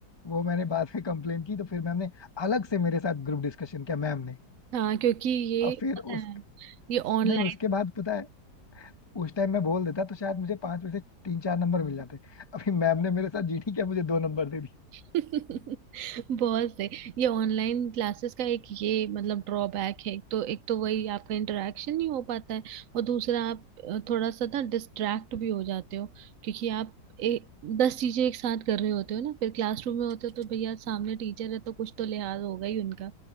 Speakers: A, on the left; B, on the right.
A: वो मैंने बाद में कंप्लेन की तो फिर मैम ने अलग से मेरे साथ ग्रुप डिस्कशन किया मैम ने
B: हाँ क्योंकि ये
A: और फिर
B: पता
A: उस
B: है ये ऑनलाइन
A: नहीं उसके बाद पता है उस टाइम मैं बोल देता तो शायद मुझे पांच में से तीन चार नंबर मिल जाते अभी मैम ने मेरे साथ जीटी किया मुझे दो नंबर दे दी
B: <laughs> बहुत सही ये ऑनलाइन क्लासेस का एक ये मतलब ड्रॉबैक है तो एक तो वही आपका इंटरेक्शन नहीं हो पाता है और दूसरा आप अ, थोड़ा सा ना डिस्ट्रैक्ट भी हो जाते हो क्योंकि आप ए, दस चीजें एक साथ कर रहे होते हो ना फिर क्लासरूम में होते हो तो भैया सामने टीचर है तो कुछ तो लिहाज होगा ही उनका